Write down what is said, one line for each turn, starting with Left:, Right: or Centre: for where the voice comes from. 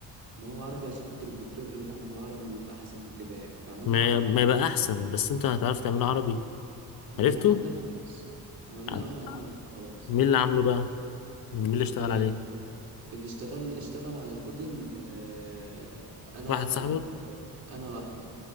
Right: ما هو عربي عشان خاطر الدكتور قال لنا اعملوه عربي ويبقى احسن وكده يعني فعملنا
Left: ما
Right: عربي
Left: ما يبقى احسن بس انت هتعرف تعمله عربي
Right: ما
Left: عرفته
Right: احنا عملناه خلاص عملناه
Left: عن-
Right: اه يا عم عملناه خلاص
Left: مين اللي عامله بقى مين اللي اشتغل
Right: آه
Left: عليه
Right: اللي اشتغل اشتغل على الموديل آه انا
Left: واحد
Right: واحمد
Left: صاحبك
Right: آه انا واحمد